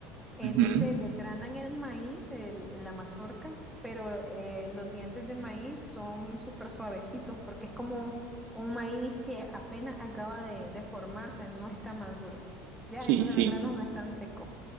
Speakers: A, in the centre; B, on the right.
A: Entonces
B: Ujú.
A: desgranan el maíz, el- la mazorca, pero eh, los dientes de maíz son súper suavecitos porque es como un maíz que apenas acaba de, de formarse, no está maduro, ¿ya?
B: Sí,
A: Entonces
B: sí,
A: los granos no están secos.